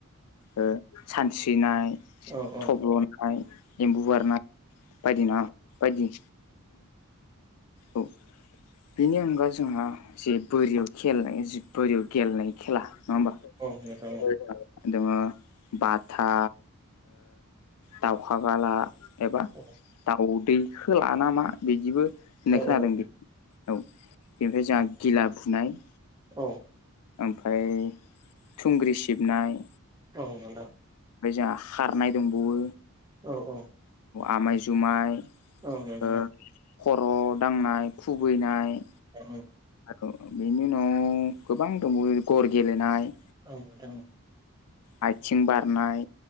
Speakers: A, on the left (about 85°); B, on the right (about 15°).
A: ओ सानस्रिनाय
B: औ औ
A: लनाय एम्बु बारनाय बायदि ना बायदि औ बेनि अनगा जोंहा जे बोरियाव खेलनाय बोरियाव गेलेनाय खेला नङा होमबा
B: औ औ नोंथां औ
A: दोङो बाथा दाउखा गाला एबा
B: औ
A: दाउदैखोला नामा बिदिबो होननाय
B: औ
A: खोनादों बे औ बेनिफ्राय जोंहा गिला बुनाय
B: औ
A: ओमफ्राय थुंग्रि सिबनाय
B: औ नोंथां
A: ओमफ्राय जोंहा खारनाय दंबावो
B: औ औ
A: आमाइ जुमाय
B: औ नोंथां
A: ओ खर' दांनाय खुबैनाय
B: औ
A: आरो बेनि उनाव गोबां दंबावो गर गेलेनाय
B: औ नोंथां औ
A: आइथिं बारनाय